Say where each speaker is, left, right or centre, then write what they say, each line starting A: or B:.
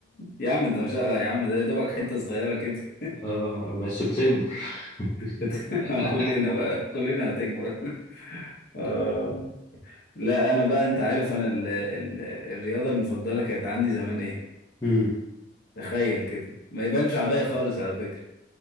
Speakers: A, on the left; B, on the left.
A: يا عم انت مش قارع يا عم ده يا دوبك حتة صغيرة كده
B: اه بس بتكبر
A: <laughs>
B: <laughs>
A: كلنا بقى كلنا هتكبر <laughs> آه. لا انا بقى انت عارف انا ال ال الرياضة المفضلة كانت عندي زمان ايه
B: مم.
A: تخيل كده ما يبانش عليا خالص على فكرة